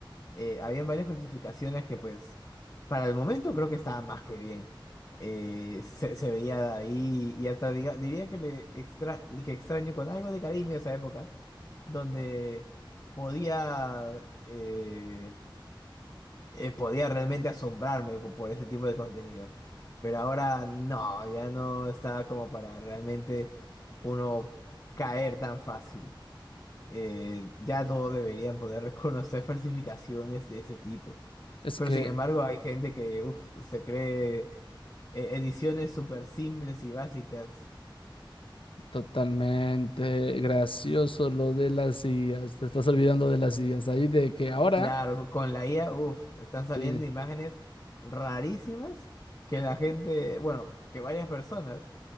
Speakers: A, on the left (about 35°); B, on the left (about 85°).
A: eh, habían varias falsificaciones que pues para el momento creo que estaban más que bien. Eh, se, se veía ahí y hasta diga- diría que le extra, que extraño con algo de cariño esa época, donde podía, eh, eh, podía realmente asombrarme co- por ese tipo de contenido. Pero ahora no, ya no está como para realmente uno caer tan fácil. Eh, ya todos deberían poder <laughs> reconocer falsificaciones de ese tipo.
B: Es
A: Pero
B: que
A: sin embargo hay gente que uf, se cree eh, ediciones súper simples y básicas.
B: totalmente gracioso lo de las sillas. Te estás olvidando de las sillas. Ahí de que ahora...
A: Claro, con la IA, uf, están saliendo
B: sí,
A: imágenes rarísimas que la gente, bueno, que varias personas